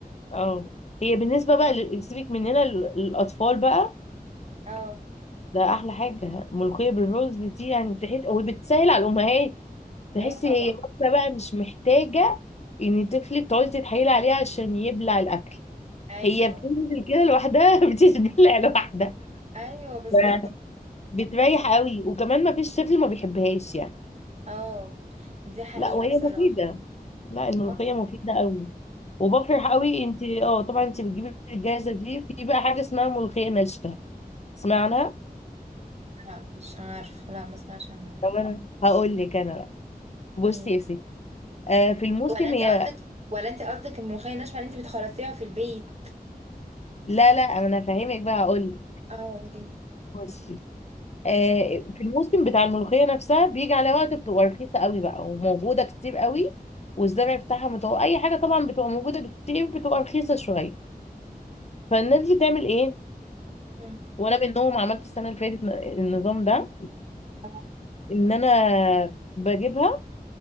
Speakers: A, on the left (about 45°); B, on the right (about 45°).
A: آه. هي بالنسبه بقى لل- سيبك مننا ال- الاطفال بقى
B: اه
A: ده احلى حاجه ملوخيه بالرز دي يعني تحس وبتسهل على الامهات تحسي
B: ايوه طبعا
A: هي واحدة بقى مش محتاجه ان طفلك تقعدي تتحايلي عليه عشان يبلع الاكل
B: ايوه
A: هي بتنزل كده لوحدها <laughs> بتتبلع لوحدها
B: ايوه بالظبط
A: ف- بتريح قوي وكمان ما فيش طفل ما بيحبهاش يعني
B: اه دي حقيقة
A: لا وهي
B: بصراحة
A: مفيده لا الملوخيه
B: آه.
A: مفيده قوي وبفرح قوي انت اه طبعا انت بتجيبي الجاهزه دي في بقى حاجه اسمها ملوخيه ناشفه اسمعنا
B: لا مش عارفه لا ما اسمعش عنها
A: طب انا هقول لك انا بقى بصي
B: ايه
A: يا ستي آه، في الموسم
B: ولا انت
A: هي
B: قصدك ولا انت قصدك الملوخيه الناشفه اللي انت بتخلصيها في البيت
A: لا لا انا فاهمك بقى هقول لك
B: اه قولي
A: بصي آه، في الموسم بتاع الملوخيه نفسها بيجي على وقت بتبقى رخيصه قوي بقى وموجوده كتير قوي والزرع بتاعها متوقع اي حاجه طبعا بتبقى موجوده كتير بتبقى رخيصه شويه فالناس بتعمل ايه
B: مم.
A: وانا منهم عملت السنه اللي فاتت النظام ده
B: اه
A: ان انا بجيبها